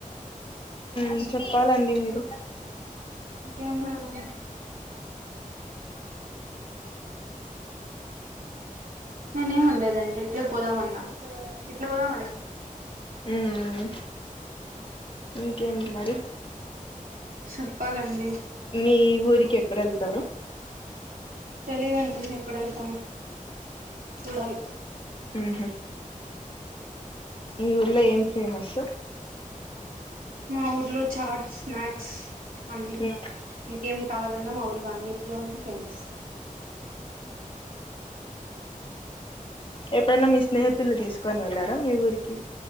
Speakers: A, on the left (about 35°); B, on the right (about 80°).
A: ఉ చెప్పాలండి మీరు
B: ఇంకేం లేదండి నేను ఏమనలేదండి ఇట్లే పోదామన్నా ఇట్ పోదామ
A: ఉ ఇంకేంటి మరి
B: చెప్పాలండి
A: మీ ఊరికి ఎప్పుడు వెళ్తారు
B: తెలిదండి ఎప్పుడు వెళ్తానో చూడాలి
A: హు హు ఈ ఊర్లో ఏం ఫేమస్
B: మా ఊర్లో చాట్స్ స్నాక్స్ అన్నీ
A: ఉమ్
B: ఇంకేం కావాలన్నా మా ఊళ్ళ అన్నింటిలో ఫేమస్
A: ఎప్పుడన్నా మీ స్నేహితులు తీస్ <unintelligible> వెళ్లారా మీ ఊరికి